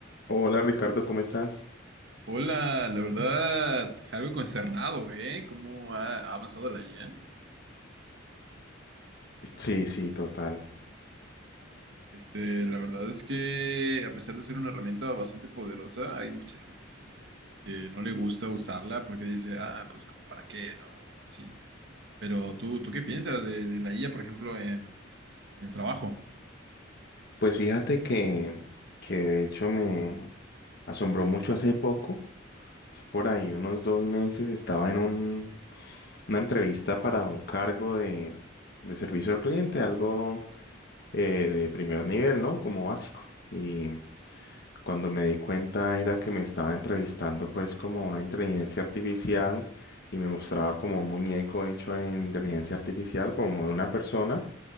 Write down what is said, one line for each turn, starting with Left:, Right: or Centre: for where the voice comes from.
Left: Hola Ricardo, ¿cómo estás?
Right: Hola, la verdad, algo consternado, ¿eh? ¿Cómo ha ha avanzado la IA?
Left: Sí, sí, total.
Right: Este, la verdad es que a pesar de ser una herramienta bastante poderosa, hay mucha gente que, que no le gusta usarla porque dice, ah, pues como para qué, ¿no? O Así. Pero tú, ¿tú qué piensas de, de la IA, por ejemplo, en, en el trabajo?
Left: Pues fíjate que, que de hecho me asombró mucho hace poco, hace por ahí unos dos meses, estaba en un- una entrevista para un cargo de, de servicio al cliente, algo eh, de primer nivel, ¿no? Como básico. Y cuando me di cuenta era que me estaba entrevistando pues como una inteligencia artificial y me mostraba como un muñeco hecho en inteligencia artificial, como de una persona.